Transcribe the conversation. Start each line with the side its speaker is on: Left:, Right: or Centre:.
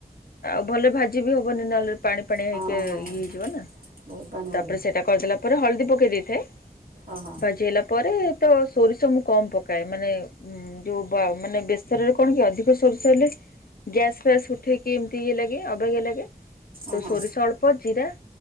Left: ଆଉ ଭଲ ଭାଜି ବି ହବନି ନହେଲେ ପାଣି ପାଣିଆ
Right: ହଁ
Left: ହେଇକି ଇଏ
Right: ହଁ
Left: ହେଇଯିବ ନା
Right: ବହୁତ ପାଣି ବାହାରିବ
Left: ତାପରେ ସେଟା କରିଦଲା ପରେ ହ ହଳଦୀ ପକେଇ ଦେଇଥାଏ।
Right: ଓହୋ
Left: ଭାଜି ହେଲା ପରେ ତ ସୋରିଷ ମୁଁ କମ ପକାଏ ମାନେ ଯୋଉ ମାନେ ବେସରରେ- କଣ କି ଅଧିକ ସୋରିଶ ହେଲେ ଗ୍ୟାସ ଫ୍ୟାସ୍ ଉଠେଇକି ଏମିତି ଇଏ ଲାଗେ ଅବାଗିଆ ଲାଗେ। ତ
Right: ଓହୋ
Left: ସୋରିଷ ଅଳ୍ପ ଜିରା